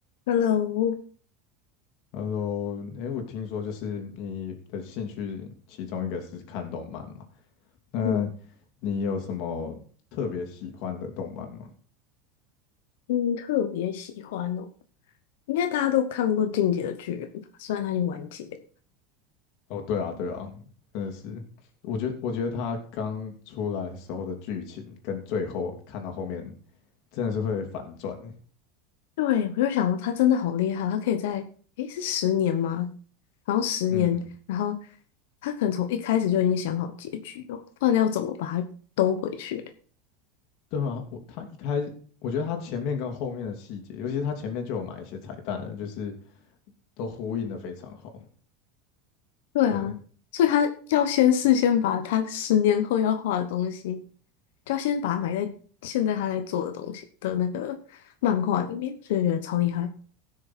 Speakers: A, on the left; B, on the left.
A: Hello，
B: Hello，哎，我听说就是你的兴趣其中一个是看动漫嘛？那
A: 嗯
B: 你有什么特别喜欢的动漫吗？
A: 嗯，特别喜欢哦，应该大家都看过《进击的巨人》吧？虽然它已经完结了。
B: 哦，对啊，对啊，真的是，我觉得我觉得他刚出来的时候的剧情跟最后看到后面真的是会反转欸。
A: 对，我就想到他真的好厉害，他可以在，诶，是十年吗？然后十年，
B: 嗯，
A: 然后他可能从一开始就已经想好结局哦，不然要怎么把它兜回去？
B: 对啊，我他一开，我觉得他前面跟后面的细节，尤其是他前面就有埋一些彩蛋了就是都呼应的非常好。
A: 对啊，
B: 对，
A: 所以他要先事先把他十年后要画的东西，就要先把它埋在现在他在做的东西的那个漫画里面，所以我觉得超厉害。